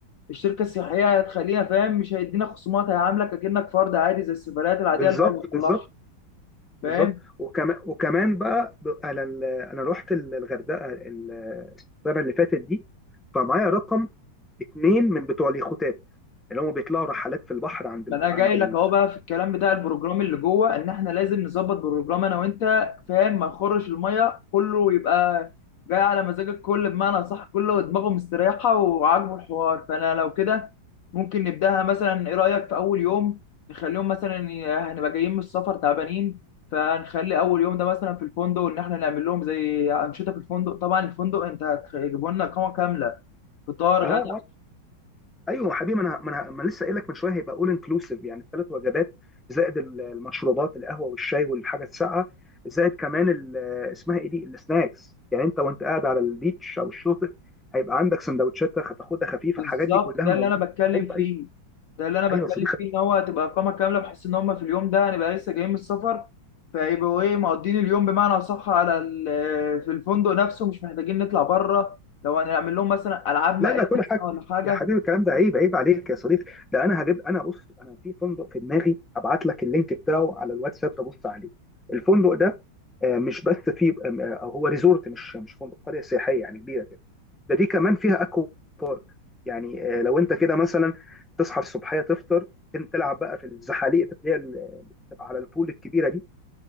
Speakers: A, on the left; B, in the centre.
A: الشركه السياحيه هتخليها فاهم مش هيدينا خصومات هيعاملك اكنك فرد عادي زي السفريات العاديه
B: بالظبط
A: اللي هو بيطلعها
B: بالظبط بالظبط
A: فاهم
B: وكمان وكمان بقى ب- انا ال- انا رحت ال- الغردقه ال- السنه اللي فاتت دي فمعايا رقم اتنين من بتوع اليخوتات اللي هم بيطلعوا رحلات في البحر عند
A: ما
B: الجو...
A: انا جاي
B: عند
A: لك اهو بقى في الكلام بتاع البروجرام اللي جوه ان احنا لازم نظبط بروجرام انا وانت فاهم ما نخرش الميه كله يبقى جاي على مزاجك كل بمعنى صح كله دماغه مستريحه وعاجبه الحوار فانا لو كده ممكن نبداها مثلا ايه رايك في اول يوم نخليهم مثلا ي- هنبقى جايين من السفر تعبانين فنخلي اول يوم ده مثلا في الفندق ان احنا نعمل لهم زي انشطه في الفندق طبعا الفندق انت هتجيبوا لنا اقامه كامله فطار
B: اه اه
A: غدا
B: ايوه يا حبيبي ما انا ما انا ما أنا لسه قايل لك من شويه هيبقى اول انكلوسيف يعني الثلاث وجبات زائد ال- المشروبات القهوه والشاي والحاجه الساقعه زائد كمان ال- اسمها ايه دي السناكس يعني انت وانت قاعد على البيتش او الشاطئ هيبقى عندك سندوتشات هتاخدها خفيفه
A: بالظبط
B: الحاجات دي كلها
A: ده
B: موجوده
A: اللي انا بتكلم
B: ايوه
A: فيه
B: ايوه
A: ده اللي انا بتكلم
B: ايوه يا صديقي
A: فيه ان هو هتبقى اقامه كامله بحيث ان هم في اليوم ده هنبقى لسه جايين من السفر فيبقوا ايه مقضين اليوم بمعنى اصح على ال- في الفندق نفسه مش محتاجين نطلع بره لو هنعمل لهم مثلا العاب
B: لا
A: مائيه
B: لا كل
A: مثلاً
B: حاجه
A: ولا حاجه
B: يا حبيبي الكلام ده عيب عيب عليك يا صديقي ده انا هجيب انا بص انا في فندق في دماغي ابعت لك اللينك بتاعه على الواتساب تبص عليه الفندق ده آه، مش بس فيه آه، هو ريزورت مش مش فندق قريه سياحيه يعني كبيره كده ده دي كمان فيها اكوا بارك يعني آه، لو انت كده مثلا تصحى الصبحيه تفطر تن- تلعب بقى في الزحاليق اللي هي ال- اللي بتبقى على البول الكبيره دي